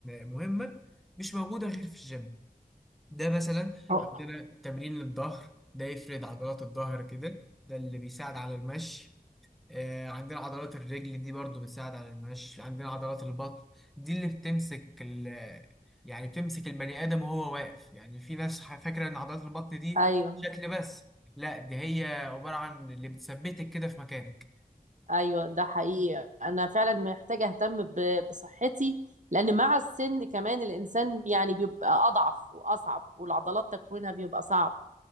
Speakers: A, in the centre; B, on the right (about 55°).
A: مهمة مش موجودة غير في الجيم ده مثلا
B: أو-
A: عندنا تمرين للظهر ده يفرد عضلات الظهر كده ده اللي بيساعد على المشي آه، عندنا عضلات الرجل دي برضو بتساعد على المشي عندنا عضلات البطن دي اللي بتمسك ال يعني بتمسك البني آدم وهو واقف يعني في ناس ح- فاكرة إن عضلات البطن دي
B: ايوه
A: شكل بس لا دي هي عبارة عن اللي بتثبتك كده في مكانك
B: ايوه ده حقيقي انا فعلا محتاجة اهتم ب- بصحتي لان مع السن كمان الانسان يعني بيبقى اضعف واصعب والعضلات تكوينها بيبقى صعب